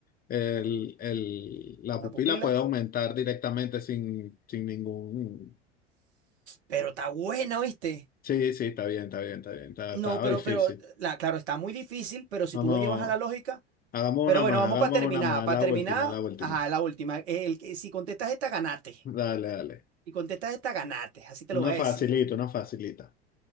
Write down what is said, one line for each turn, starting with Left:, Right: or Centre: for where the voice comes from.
Left: el, el, la
Right: La
Left: pupila
Right: pupila.
Left: puede aumentar directamente sin, sin ningún...
Right: Pero está buena, ¿oíste?
Left: Sí, sí, está bien, está bien, está bien, está-
Right: No,
Left: estaba
Right: pero,
Left: difícil.
Right: pero, la, claro, está muy difícil, pero si
Left: Vamos,
Right: tú lo llevas a la lógica.
Left: hagamos
Right: Pero
Left: una
Right: bueno,
Left: más,
Right: vamos
Left: hagamos
Right: para terminar.
Left: una más,
Right: Para
Left: la
Right: terminar,
Left: última, la última.
Right: ajá, la última. El, que- si contestas esta, ganate.
Left: Dale, dale.
Right: Si contestas esta, ganate. Así te lo
Left: Una
Right: voy a decir.
Left: facilita, una facilita.